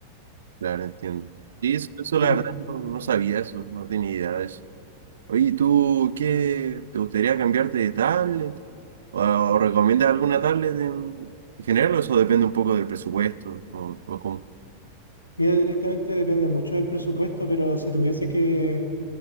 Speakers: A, on the right; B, on the left.
A: Claro, entiendo. Sí, eso, eso
B: Porque,
A: la verdad no, no sabía eso, no tenía idea de eso. Oye, ¿y ¿tú qué? ¿Te gustaría cambiarte de tablet? ¿O, o recomiendas alguna tablet en, en general o eso depende un poco del presupuesto o, o cómo?
B: mira, directamente depende mucho del presupuesto, pero si tuviese que,